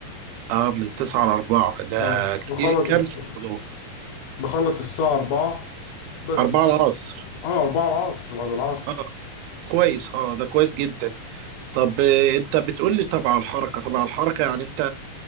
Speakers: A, on the right; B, on the left.
A: اه من تسعة لأربعة ده
B: اه
A: كتير
B: بخلص
A: كام
B: الس-
A: ساعة دول؟
B: بخلص الساعة أربعة بس
A: أربعة العصر
B: يعني اه أربعة العصر بعد العصر
A: اه كويس اه ده كويس جدا طب آه، انت بتقول لي طبعا الحركه طبعا الحركه يعني انت